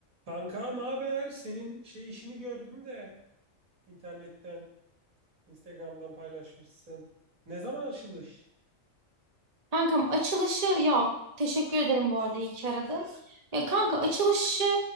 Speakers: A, on the right (about 75°); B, on the right (about 30°).
A: Kanka ne haber? Senin şey işini gördüm de internetten, Instagram'dan paylaşmışsın. Ne zaman açılış?
B: Kankam açılışı ya teşekkür ederim bu arada iyi ki aradın. Ya kanka açılışı